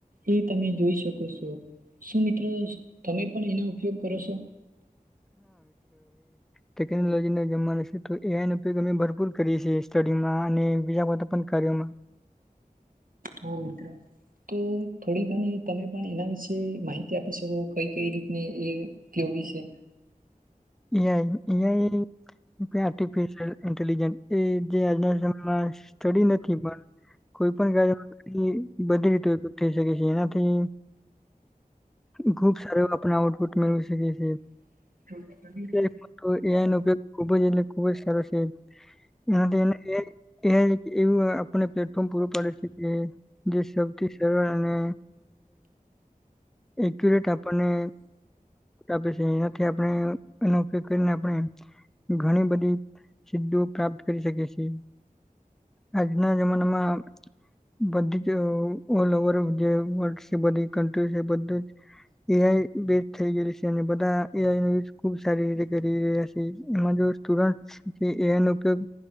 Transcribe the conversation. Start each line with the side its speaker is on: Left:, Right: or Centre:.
Right: એ તમે જોઈ શકો છો, શું મિત્રો તમે પણ એનો ઉપયોગ કરો છો?
Centre: ટેકનોલોજી ના જમન છે તો એનપી કમે ભર કરીએ છએ સ્ટડી માં અને બીજા બધા પણ કર્યોમાં.
Right: હા મિત્ર તો થોડી ઘણી તમે પણ એના વિશે માહિતી આપી શકો કઈ કઈ રીતની એ ઉપયોગી છે.
Centre: એઆઈ એઆઈ આર્ટિફિશ્યિલ ઇન્ટલ્લીગેન્ટ એ જે આજના સમયમાં સ્ટડી નથી પણ કોઈ પણ કાર્ય બધી રીતે ઉપયોગ થઈ શકે છે એનાથી ખુબ સારા આપને આઉટપુટ મેળવી શકે.
Right: <unintelligible>
Centre: એ ઈ ઉપયોગ ખુબ એટલે ખુબ જ સારો છે એનાથી એવું એ ઈ આપને પ્લેટફોર્મ પૂરું પાડે છે કે જે સૌથી સરળ અને એક્યુરેટ આપણને. આપે છે એના થી આપ ને એનો ઉપયોગ કરીને આપણે ઘણી બધી સિ્ધો પ્રાપ્ત કરી શકીએ છીએ. આજના જમાના મા બધી જ ઓલ ઓવર જે વર્લ્ડ છે બધી કન્ટ્રી છે બધી જ એ આઈ બેટ થઈ ગયલી છે અને બધા- - એ આઈ નો યુઝ ખુબ સારી રીતે કરી <unintelligible> છે એમાં જો સ્ટુડન્ટ એ આઈ નો ઉપયોગ